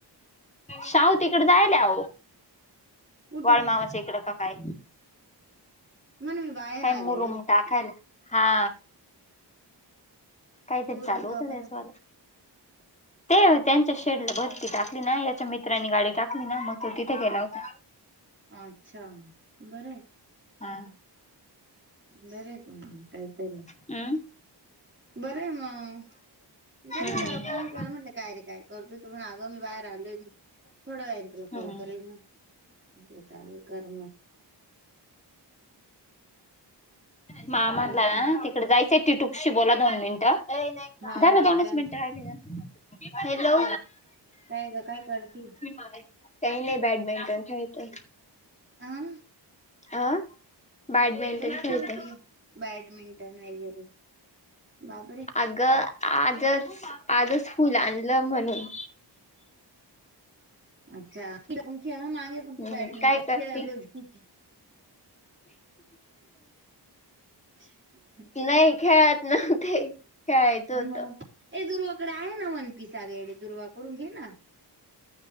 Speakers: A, on the left; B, on the right.
A: शाहू तिकड जायलाह
B: कुठं
A: वाळ मामाच इकड काकाय?
B: म्हणे मी बाहेर
A: काय
B: आलेलोय
A: मुरुम टाकायला हा. काहीतरी
B: मुरुम
A: चालू होतं
B: का बरं
A: त्याच वाला.
B: <unintelligible>
A: ते त्यांच्या शेडला भरती टाकली ना याच्या मित्रांनी गाडी टाकली ना मग तो तिथे गेला होता.
B: अच्छा बरं आहे.
A: हा.
B: बर आहे का मग काहीतरी
A: हम्म
B: बरं आहे मग तरी
A: हम्म
B: मी त्याला फोन केला म्हटलं काय रे काय करतय तू म्हण आगं मी बाहेर आलोय थोडा व पला
A: हम्म
B: कॉल करे मले चाल कर.
A: मा म्हटलं
B: बाकी
A: ना त तकडे जायचंय टीटुपशी बोला दोन मिनिट झाल
B: हा हा
A: दोनच
B: द्या
A: मिनट
B: ना
A: राहील. हॅलो.
B: काय ग काय करतील.
A: काही नाही बेडमिंटन ख त
B: अं
A: अह बॅडमिंटन
B: लईच
A: खेळते.
B: खेळती बॅडमिंटन वगैरे बापरे!
A: अग आजच आजच फुल आणलं म्हणून.
B: अच्छा खेळून खेळून आले पण तू
A: हम्म,
B: बॅडमिंटन
A: काय करते
B: खेळाच <unintelligible>
A: नाही खेळत नव्हते. खेळायचं
B: अ
A: होतं
B: ए दुर्वाकडे आहे ना वन पीस अग येडे दुर्वाकडून घे ना.